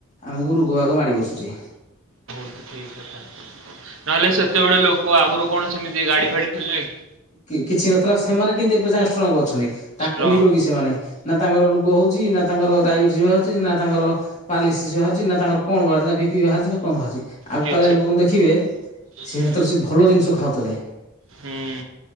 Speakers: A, on the left; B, on the right.
A: ଆମକୁ ରୋଗ ବାଗ ମାଡ଼ି ବସୁଚି।
B: ସେଇ କଥା। ନହେଲେ ସେତେବେଳେ ଲୋକ ଆଗରୁ କଣ ସେମିତି ଗାଡି ଫାଡି ଥିଲା କି?
A: କି କିଛି ନଥିଲା। ସେମାନେ କେନ୍ତି ଏବେ ଯାଏଁ ଷ୍ଟ୍ରଙ୍ଗ ଅଛନ୍ତି। ତାକୁ
B: ଷ୍ଟ୍ରଙ୍ଗ
A: ନିରୋଗୀ ସେମାନେ। ନା ତାଙ୍କର ରୋଗ ହଉଚି, ନା ତାଙ୍କର ଡାଇବେଟିସ୍ ବହାଚି, ନା ତାଙ୍କର ପାର୍ଲଲିସିସ୍ ବାହାରୁଛି, ନା ତାର କଣ ବାହାରୁଚି, ନା ବି ପି ବାହାରୁଚି ନା କଣ ବାହାରୁଚି? ଆଗ
B: କିଛି
A: କାଳିଆ ଲୋକଙ୍କୁ ଦେଖିବେ ସେ
B: ହୁଁ
A: ସେତେବେଳେ ସେ ଭଲ ଜିନିଷ ଖାଉଥିଲେ।
B: ହୁଁ।